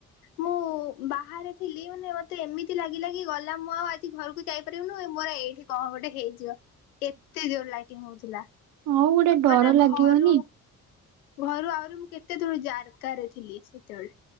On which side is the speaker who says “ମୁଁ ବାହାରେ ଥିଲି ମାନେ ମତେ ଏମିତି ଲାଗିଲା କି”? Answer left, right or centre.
Left